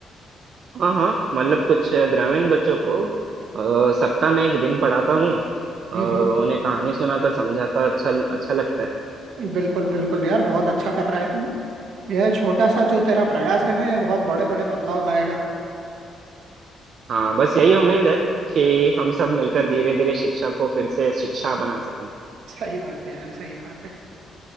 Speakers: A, on the right (about 60°); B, on the right (about 75°).
A: हाँ हाँ मतलब कुछ ग्रामीण बच्चों को अ, सप्ताह में एक दिन पढ़ाता हूँ अ,
B: हम्म हम्म
A: उन्हें कहानी सुनाकर समझाता अच्छा अच्छा लगता है
B: बिल्कुल बिल्कुल यार बहुत अच्छा कर रहा है तू यह छोटा सा जो तेरा प्रयास है ना यह बहुत बड़े बड़े बदलाव लाएगा
A: हाँ बस यही उम्मीद है कि हम सब मिलकर धीरे धीरे शिक्षा को फिर से शिक्षा बना सकें
B: सही बात है यार सही बात है